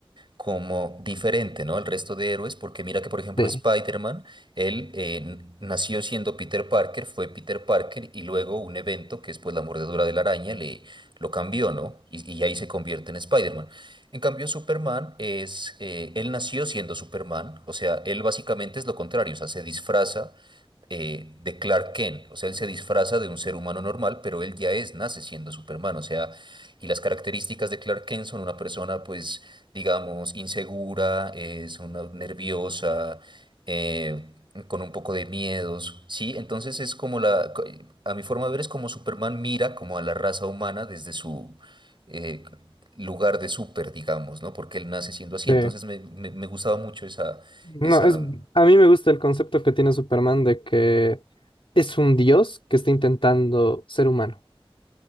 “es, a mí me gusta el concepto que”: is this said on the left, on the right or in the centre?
Left